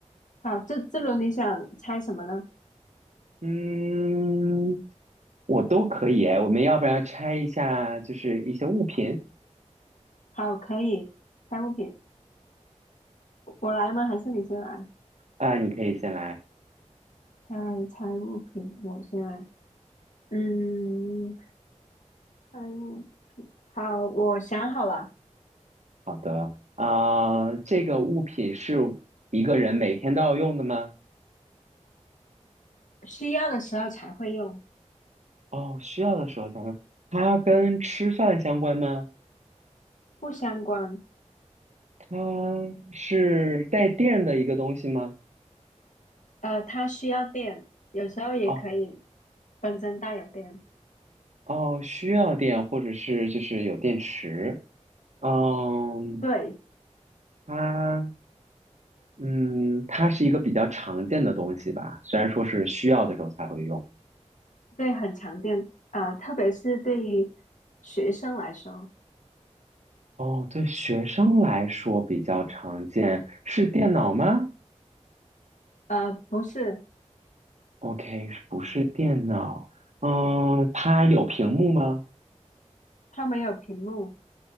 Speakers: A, on the left; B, on the right.
A: 好，这这轮你想猜什么呢？
B: 嗯，我都可以诶。我们要不然拆一下，就是一些物品
A: 好，可以猜物品，我我来吗？还是你先来？
B: 啊，你可以先来。
A: 猜猜物品，我先来。嗯，猜物，好，我想好了，
B: 好的，啊、这个物品是一个人每天都要用的吗？
A: 需要的时候才会用，
B: 哦，需要的时候才用。它跟吃饭相关吗？
A: 不相关。
B: 它是带电的一个东西吗？
A: 呃，它需要电，有时候也可以
B: 哦
A: 本身带有电。
B: 哦，需要电，或者是就是有电池。嗯，
A: 对，
B: 它嗯，它是一个比较常见的东西吧，虽然说是需要的时候才会用。
A: 对，很常见啊，呃特别是对于学生来说，
B: 哦，对学生来说比较常见，是电脑吗？
A: 呃，不是，
B: OK，不是电脑。嗯，它有屏幕吗？
A: 它没有屏幕，